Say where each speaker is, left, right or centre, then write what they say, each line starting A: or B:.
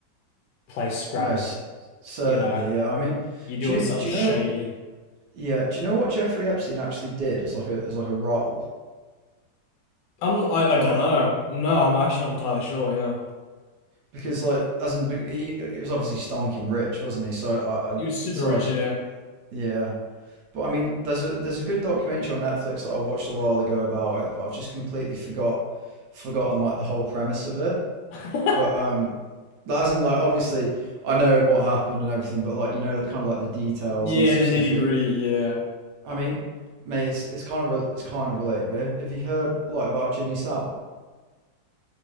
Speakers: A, on the left (about 75°); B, on the right (about 70°).
A: play Scrabble,
B: No. C- certainly.
A: you know.
B: Yeah. I mean,
A: You're doing
B: do you,
A: something
B: do
A: shady.
B: you know? Yeah. Do you know what Jeffrey Epstein actually did as like a as like a role?
A: I'm, I,
B: Do
A: I don't
B: you know
A: know. No, I'm actually not entirely sure, yeah.
B: because like as in he, he was obviously stonking rich, wasn't he? So I, I
A: He was super
B: so
A: rich,
B: I just
A: yeah.
B: yeah. But I mean, there's a there's a good documentary on Netflix that I watched a while ago about it, but I've just completely forgot forgotten like the whole premise of it.
A: <laughs>
B: But um, that isn't like obviously I know what happened and everything, but like you know, kind of like the details
A: Yeah,
B: and the specific.
A: the nitty gritty, yeah.
B: I mean, mate, it's it's kind of re- it's kind of related. But have, have you heard like about Jimmy Savile?